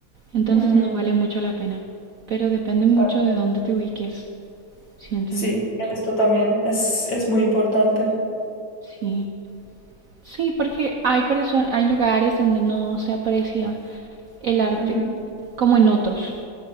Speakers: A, on the right (about 60°); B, on the left (about 60°).
A: entonces
B: Mm,
A: no vale mucho la pena. Pero depende mucho
B: claro.
A: de dónde te ubiques, siento
B: Sí,
A: yo.
B: esto también es, es muy importante.
A: Sí, sí, porque hay personas, hay lugares donde no se aprecia el arte
B: Ujú.
A: como en otros,